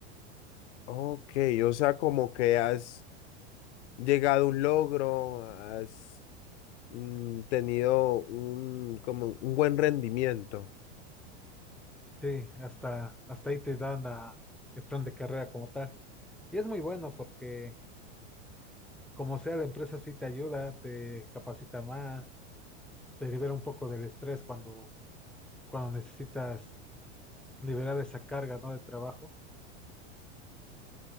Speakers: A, on the left; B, in the centre.
A: Ok, o sea, como que has llegado a un logro, has mm, tenido un, como un buen rendimiento.
B: Sí, hasta, hasta ahí te dan la- el plan de carrera como tal. Y es muy bueno porque como sea la empresa sí te ayuda, te capacita más, te libera un poco del estrés cuando, cuando necesitas liberar esa carga, ¿no? de trabajo.